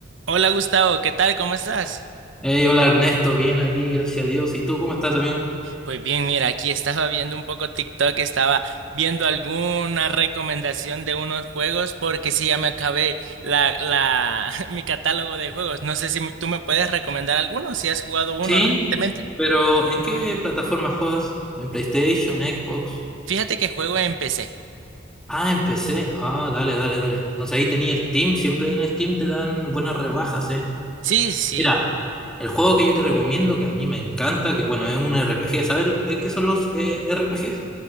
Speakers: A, on the right; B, in the centre.
A: Hola Gustavo, ¿qué tal? ¿Cómo estás?
B: Hey, hola Ernesto, bien aquí, gracias a Dios. ¿Y tú cómo estás, amigo?
A: Pues bien, mira, aquí estaba viendo un poco TikTok, estaba viendo alguna recomendación de unos juegos porque sí, ya me acabé la, la, <laughs> mi catálogo de juegos. No sé si tú me puedes recomendar alguno, si has jugado uno
B: Sí,
A: recientemente.
B: pero ¿en qué plataforma juegas? ¿En PlayStation, Xbox?
A: Fíjate que juego en PC.
B: Ah, en PC. Ah, dale, dale, dale. Entonces ahí tenías Steam, siempre en Steam te dan buenas rebajas, ¿eh?
A: Sí, sí,
B: Mira, el juego que yo te recomiendo, que a mí me encanta, que bueno, es un RPG, ¿sabes lo- eh, qué son los eh, RPGs?